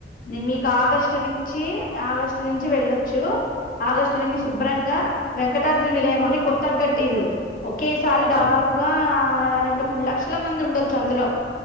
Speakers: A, on the left (about 50°); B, on the right (about 45°).
A: నిన్ మీకు
B: అవును
A: ఆగస్టు నుంచి ఆగస్టు నుంచి వెళ్ళొచ్చు ఆగస్టు నుంచి
B: ఉమ్
A: శుభ్రంగా వెంకటాద్రి నిలయం అని కొత్తగట్టిరు ఒకేసారి
B: ఆహా
A: దాదాపుగా రెండు మూడు లక్షల మంది ఉండొచ్చు అందులో